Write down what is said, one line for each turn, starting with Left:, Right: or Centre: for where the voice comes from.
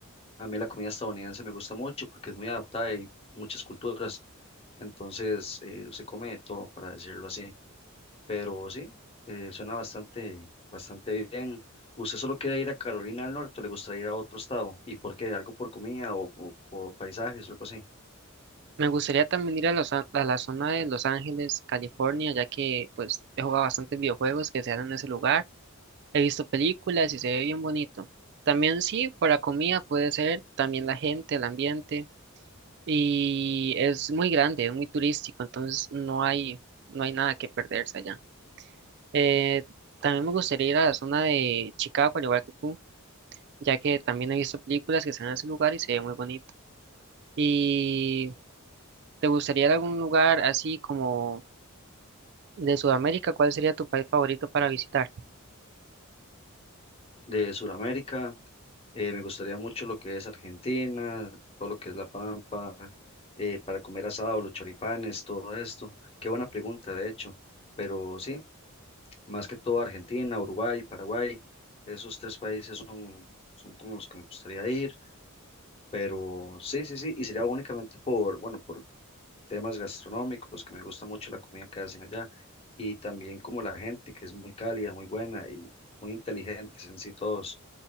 Left: a mí la comida estadounidense me gusta mucho porque es muy adaptada y muchas culturas. Entonces, eh, se come de todo, para decirlo así. Pero sí, eh, suena bastante, bastante bien. ¿Usted solo quiere ir a Carolina del Norte o le gustaría ir a otro estado? ¿Y por qué? ¿Algo por comida o, o por paisajes o algo así?
Right: Me gustaría también ir a, los, a la zona de Los Ángeles, California, ya que pues he jugado bastantes videojuegos que se dan en ese lugar, he visto películas y se ve bien bonito. También sí, por la comida puede ser, también la gente, el ambiente, y es muy grande, es muy turístico, entonces no hay, no hay nada que perderse allá. Eh, también me gustaría ir a la zona de Chicago, al igual que tú, ya que también he visto películas que se dan en ese lugar y se ve muy bonito. ¿Y te gustaría ir a algún lugar así como de Sudamérica? ¿Cuál sería tu país favorito para visitar?
Left: De Sudamérica, eh, me gustaría mucho lo que es Argentina, todo lo que es La Pampa, eh, para comer asado, los choripanes, todo esto. Qué buena pregunta, de hecho. Pero sí, más que todo Argentina, Uruguay, Paraguay, esos tres países son, son como los que me gustaría ir. Pero sí, sí, sí, y sería únicamente por, bueno, por temas gastronómicos, que me gusta mucho la comida que hacen allá, y también como la gente, que es muy cálida, muy buena y muy inteligentes en sí todos.